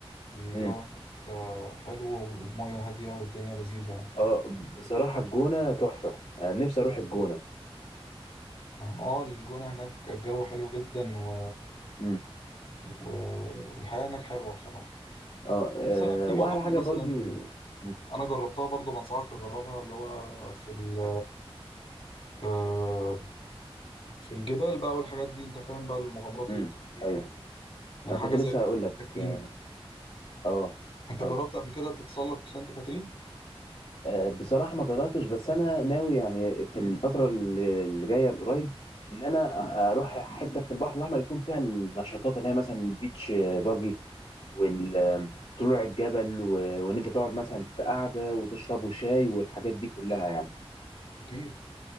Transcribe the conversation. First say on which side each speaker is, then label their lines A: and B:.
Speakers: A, on the left (about 65°); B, on the left (about 75°).
A: الجو
B: مم.
A: هناك آه، حلو والميه هاديه والدنيا لذيذه يعني
B: اه بصراحه الجونه تحفه انا نفسي اروح الجونه
A: اه الجونه هناك الجو حلو جدا و...
B: مم.
A: و... والحياه هناك حلوه بصراحه
B: اه آه،
A: مثلا في
B: واحلى
A: مغامره
B: حاجه برضو
A: مثلا
B: مم.
A: انا جربتها برضه بنصحك تجربها اللي هو في ال... آه، في الجبال بقى والحاجات دي انت فاهم بقى المغامرات
B: مم.
A: اللي بتبقى فيها
B: ايوه
A: يعني
B: ما كنت
A: حاجه زي
B: لسه
A: سانت
B: هقول لك
A: كاترين
B: اه آه،
A: انت
B: ايوه
A: جربت قبل كده تتسلق سانت كاترين
B: آه، بصراحة ما قرأتش بس أنا ناوي يعني في الفترة اللي اللي جاية القريب إن أنا أروح حتة في البحر الأحمر يكون فيها النشاطات اللي هي مثلا البيتش باجي وطلوع الجبل و- وإن أنت تقعد مثلا في قعدة وتشربوا شاي والحاجات دي كلها يعني
A: اكيد